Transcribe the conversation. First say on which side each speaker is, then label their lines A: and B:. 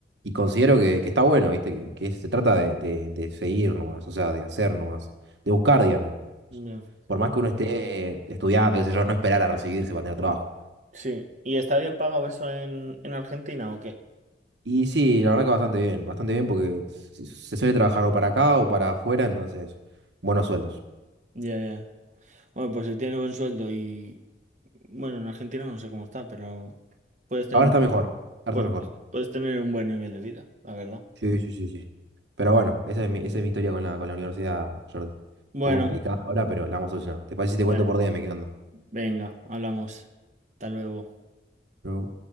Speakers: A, on the right; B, on the right.
A: considero que, que está bueno, ¿viste? Que, que se trata de, de- de seguir nomás, o sea, de hacer nomás, de buscar, digamos.
B: ya.
A: Por más que uno esté estudiando, qué sé yo, no esperar a recibirse para tener trabajo.
B: Sí. ¿Y está bien pagado eso en, en Argentina o qué?
A: Y sí, la verdad que bastante bien, bastante bien porque se se suele trabajar o para acá o para afuera, entonces, buenos sueldos.
B: Ya, ya. Bueno, pues si tienes buen sueldo y... Bueno, en Argentina no sé cómo está, pero puedes tener
A: Ahora
B: un,
A: está mejor, ahora
B: pues,
A: está mejor.
B: puedes tener un buen nivel de vida, la verdad.
A: Sí, sí, sí, sí. Pero bueno, esa es mi, esa es mi historia con la, con la universidad, Jordi. Un
B: Bueno,
A: poco complicada ahora, pero la vamos a solucionar. ¿Te parece si te cuento
B: bueno,
A: por DM qué onda?
B: venga, hablamos. Hasta luego.
A: Pero